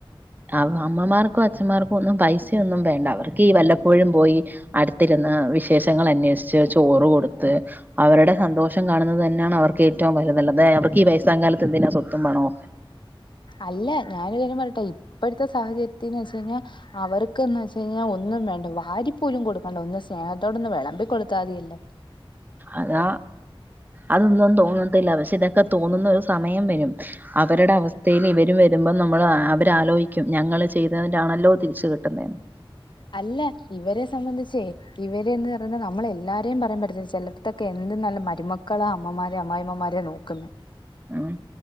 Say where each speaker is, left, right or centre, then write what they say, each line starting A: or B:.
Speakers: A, on the right (about 20°); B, on the left (about 60°).
A: അവ അമ്മമാർക്കും അച്ഛന്മാർക്കോന്നും പൈസയൊന്നും വേണ്ട അവർക്ക് ഈ വല്ലപ്പോഴും പോയി അടുത്തിരുന്ന് വിശേഷങ്ങൾ അന്വേഷിച്ച് ചോറ് കൊടുത്ത് അവരുടെ സന്തോഷം കാണുന്നത് തന്നെയാണ് അവർക്ക് ഏറ്റവും വലതല്ലതായത് അവർക്ക് ഈ വയസ്സാം കാലത്ത് എന്തിനാ സ്വത്തും പണോം
B: അല്ല ഞാനൊരു കാര്യം പറയട്ടെ ഇപ്പഴത്തെ സാഹചര്യത്തിന്ന് വെച്ചഴിഞ്ഞാ അവർക്ക്ന്ന് വെച്ച് കഴിഞ്ഞാ ഒന്നും വേണ്ട വാരി പോലും കൊടുക്കണ്ട ഒന്ന് സ്നേഹത്തോടൊന്ന് വിളമ്പി കൊടുത്താതിയല്ലോ
A: അതാ അതൊന്നും തോന്നത്തില്ല പക്ഷെ ഇതൊക്കെ തോന്നുന്ന ഒരു സമയം വരും അവരുടെ അവസ്ഥയിലിവരും വരുമ്പോ നമ്മള് അവരാലോയ് ക്യും ഞങ്ങള് ചെയ്തതിന്റൊണല്ലോ തിരിച്ച് കിട്ടുന്നതന്ന്
B: അല്ല ഇവരെ സംബന്ധിച്ചേ ഇവരെന്ന് പറയ്ണ് നമ്മള് എല്ലാരേയും പറയാൻ പറ്റത്തില്ല ചെല ഇതൊക്കെ എന്ത് നല്ല മരുമക്കളാ അമ്മമാരെ അമ്മായിമ്മമാരെ നോക്കുന്നേ
A: ഉം